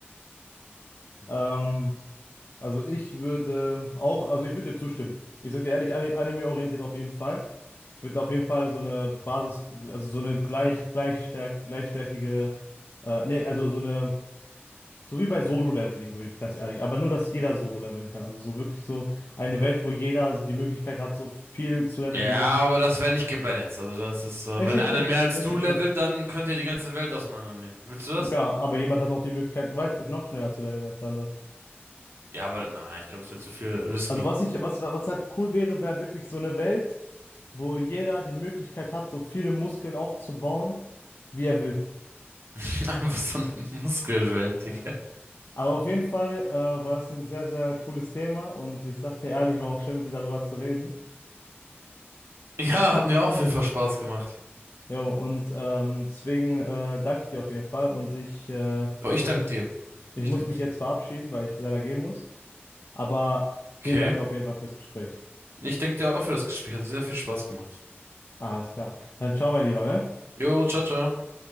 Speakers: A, on the left; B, on the right.
A: Ähm, Also ich würde auch, also ich würde dir zustimmen. Ich sag dir ehrlich, Ani- anime-orientiert auf jeden Fall. Ich würde auf jeden Fall so eine Basis, also so eine gleich, gleichstärk, gleichstärkige, äh, nee, also so eine, so wie bei Solo-Leveling, würde ich ganz ehrlich, aber nur, dass jeder Solo-Leveln kann. Also so wirklich so eine Welt, wo jeder die Möglichkeit hat, so viel zu leveln
B: Ja,
A: wie möglich.
B: aber das wäre nicht gebalanced. Also das ist, äh,
A: Ist
B: wenn
A: nicht
B: einer
A: schlimm,
B: mehr als
A: ist
B: du
A: nicht
B: levelt,
A: schlimm.
B: dann könnt ihr die ganze Welt auseinandernehmen. Willst du das?
A: Ja, aber jemand hat auch die Möglichkeit, weiter, noch schneller zu leveln als der andere.
B: Ja, aber na, ich glaube, das wird zu viel risky.
A: Also was ich, was, was halt cool wäre, wäre wirklich so eine Welt, wo jeder die Möglichkeit hat, so viele Muskeln aufzubauen, wie er will.
B: <laughs> Einfach so eine Muskelwelt,
A: Ja.
B: Digga.
A: Aber auf jeden Fall äh, war es ein sehr, sehr cooles Thema und ich sag dir ehrlich, war auch schön, mit dir darüber zu reden.
B: Ja, hat mir auch auf jeden Fall Spaß gemacht.
A: Jo, und ähm, deswegen äh, danke ich dir auf jeden Fall und ich äh,
B: Boah, ich
A: muss
B: danke
A: mich,
B: dir.
A: ich
B: Ich
A: muss
B: danke
A: mich
B: dir.
A: jetzt verabschieden, weil ich leider gehen muss. Aber vielen
B: Okay.
A: Dank auf jeden Fall fürs Gespräch.
B: Ich danke dir auch für das Gespräch. Hat sehr viel Spaß gemacht.
A: Alles klar. Dann ciao, mein Lieber, ne?
B: Jo, ciao, ciao.